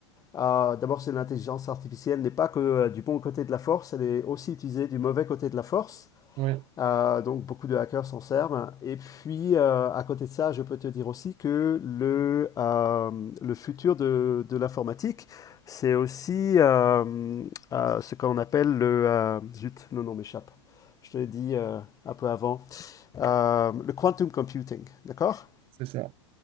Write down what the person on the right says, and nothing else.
Oui,
c'est ça.